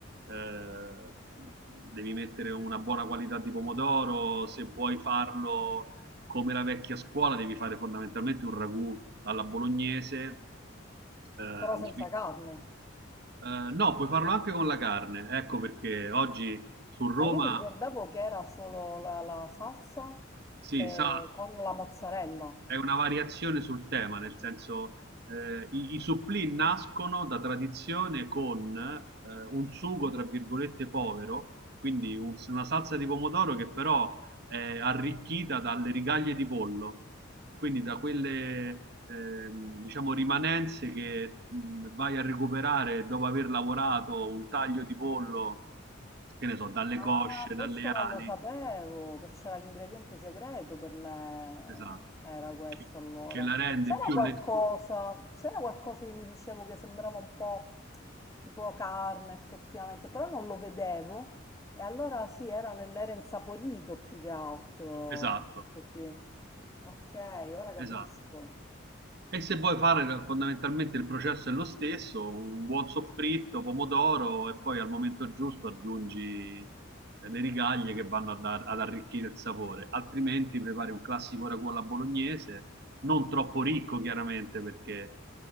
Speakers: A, on the right (about 55°); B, on the left (about 15°).
A: eh, devi mettere una buona qualità di pomodoro, se vuoi farlo come la vecchia scuola devi fare fondamentalmente un ragù alla bolognese, eh,
B: però senza
A: un,
B: carne.
A: eh, no, puoi farlo anche con la carne, ecco perché oggi su Roma
B: Ma io mi ricordavo che era solo la, la salsa
A: si
B: eh,
A: sa.
B: con la mozzarella.
A: È una variazione sul tema, nel senso eh, i, i supplì nascono da tradizione con eh, un sugo, tra virgolette, povero, quindi un- una salsa di pomodoro che però è arricchita dalle rigaglie di pollo, quindi da quelle ehm, diciamo rimanenze che mh, vai a recuperare dopo aver lavorato un taglio di pollo, che ne so, dalle
B: Ah,
A: cosce, dalle
B: questo non
A: ali,
B: lo sapevo, che c'era l'ingrediente segreto per me.
A: esatto,
B: Era questo
A: che
B: allora.
A: che la rende
B: C'era
A: più
B: qualcosa,
A: leggera.
B: c'era qualcosa che mi dicevo che sembrava un po' tipo carne effettivamente, però non lo vedevo. E allora sì, era nell'era insaporito più che altro.
A: Esatto.
B: Così. Ok, ora capisco.
A: Esatto. E se vuoi fare fondamentalmente il processo è lo stesso, un buon soffritto, pomodoro e poi al momento giusto aggiungi eh, le rigaglie che vanno a dar- ad arricchire il sapore, altrimenti prepari un classico ragù alla bolognese, non troppo ricco chiaramente perché